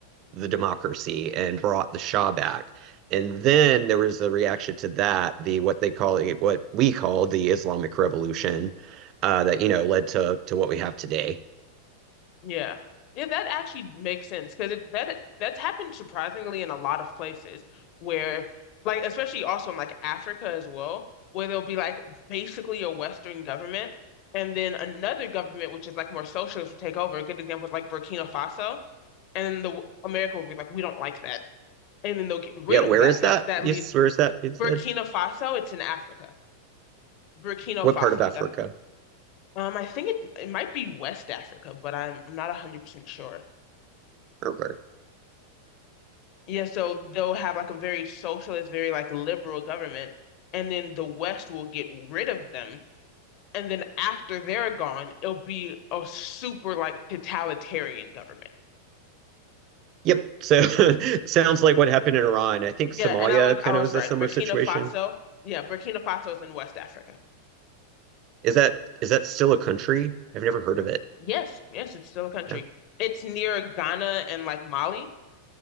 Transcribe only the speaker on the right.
the democracy and brought the Shah back. And then there was a reaction to that, the what they call it, what we call the Islamic Revolution, uh, that you know led to to what we have today.
Yeah, where
is
that?
Yes,
where is that? You said
what
part of Africa?
Okay.
Yep. So <laughs> sounds like what happened in Iran. I think Somalia
kind
of was
a similar
situation.
Is that is that still a country? I've never heard of it.
No.